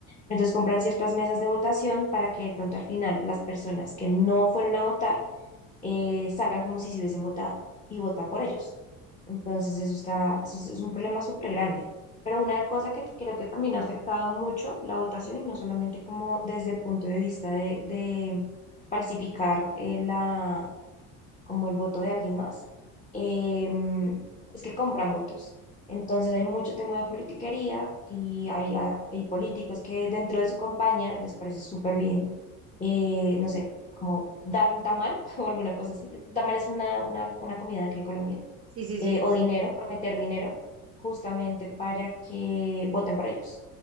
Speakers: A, on the left (about 15°); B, on the right (about 35°).
A: Entonces compran ciertas mesas de votación para que de pronto al final las personas que no fueron a votar eh, salgan como si se hubiesen votado y vota por ellos. Entonces, eso está, eso es es un problema súper grande. Pero una cosa que creo que también ha afectado mucho la votación, y no solamente como desde el punto de vista de, de falsificar eh, la, como el voto de alguien más, em, es que compran votos. Entonces hay mucho tema de politiquería y hay, a- hay políticos que dentro de su campaña les parece súper bien, eh, no sé, como dar un tamal <laughs> o alguna cosa así. Un tamal es una, una, una comida de aquí de Colombia.
B: Sí, sí,
A: eh,
B: sí.
A: o dinero, prometer dinero, justamente para que voten por ellos.